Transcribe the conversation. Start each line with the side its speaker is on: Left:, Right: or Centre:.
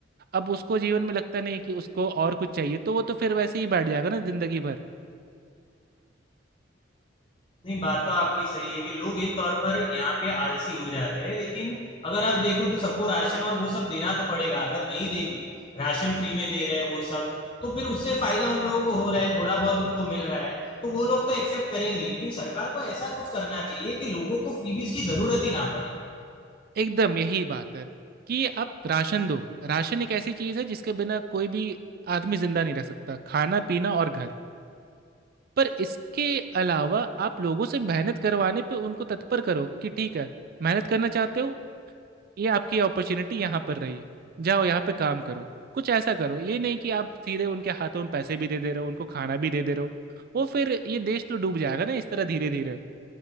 Right: अब उसको जीवन में लगता नहीं है कि उसको और कुछ चाहिए तो वो तो फिर वैसे ही बैठ जाएगा ना जिंदगी भर
Left: नहीं बात तो आपकी सही है कि लोग एक तौर पर यहाँ पे आलसी हो जाते हैं लेकिन अगर आप देखो तो सबको राशन और वो सब देना तो पड़ेगा अगर नहीं देंगे राशन फ्री में दे रहे हैं वो सब तो फिर उससे फायदा उन लोगों को हो रहा है थोड़ा बहुत उनको मिल रहा है तो वो लोग तो एक्सेप्ट करेंगे लेकिन सरकार को ऐसा कुछ करना चाहिए कि लोगों को फ्रीबीज की जरूरत ही ना पड़े
Right: एकदम यही बात है कि आप राशन दो राशन एक ऐसी चीज है जिसके बिना कोई भी आदमी जिंदा नहीं रह सकता खाना पीना और घर पर इसके अलावा आप लोगों से मेहनत करवाने पे उनको तत्पर करो कि ठीक है मेहनत करना चाहते हो ये आपकी अपॉर्चुनिटी यहाँ पर रही जाओ यहाँ पे काम करो कुछ ऐसा करो ये नहीं कि आप सीधे उनके हाथों में पैसे भी दे दे रहे हो उनको खाना भी दे दे रहे हो वो फिर ये देश तो डूब जाएगा ना इस तरह धीरे धीरे